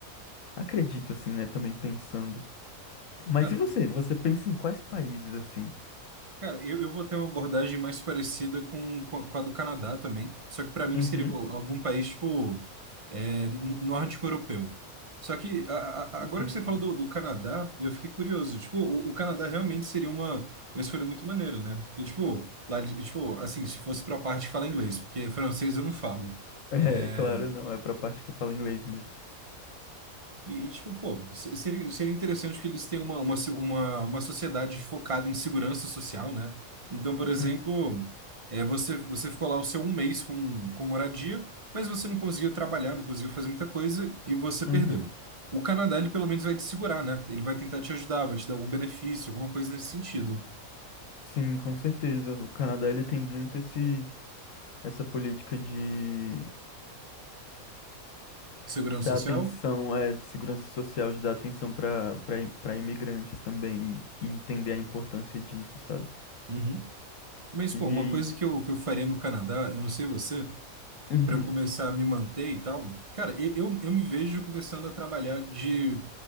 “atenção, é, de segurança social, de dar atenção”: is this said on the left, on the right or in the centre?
Left